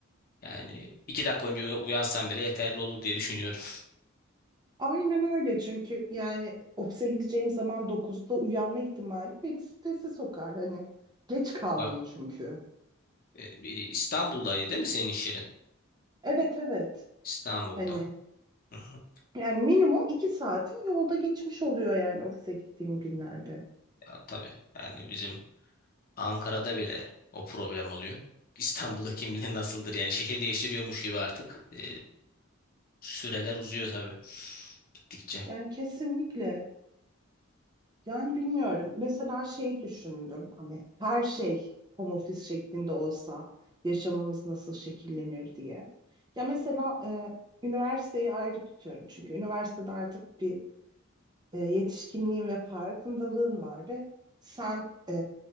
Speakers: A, on the left (about 45°); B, on the right (about 20°).
A: yani iki dakika önce uya- uyansam bile yeterli olur diye düşünüyorum.
B: Aynen öyle çünkü yani ofise gideceğim zaman dokuzda uyanma ihtimali beni strese sokar. Hani geç kaldım
A: Tabii.
B: çünkü.
A: E, bir İstanbul'daydı değil mi senin iş yerin?
B: Evet evet
A: İstanbul'da.
B: hani
A: Hı hı.
B: yani minimum 2 saatim yolda geçmiş oluyor yani ofise gittiğim günlerde.
A: Ya, tabii. Yani bizim Ankara'da bile o problem oluyor. İstanbul'da kim bilir nasıldır. Yani şehir değiştiriyormuş gibi artık. E, süreler uzuyor tabii. Gittikçe.
B: Yani kesinlikle yani bilmiyorum mesela şey düşündüm hani her şey home office şeklinde olsa yaşamımız nasıl şekillenir diye. Ya mesela e, üniversiteyi ayrı tutuyorum çünkü üniversitede artık bir e, yetişkinliğin ve farkındalığın var ve sen e,